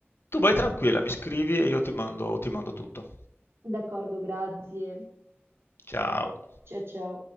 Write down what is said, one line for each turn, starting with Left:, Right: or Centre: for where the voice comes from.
Left: Tu vai tranquilla, mi scrivi e io ti mando ti mando tutto.
Right: D'accordo, grazie.
Left: Ciao.
Right: Ciao ciao.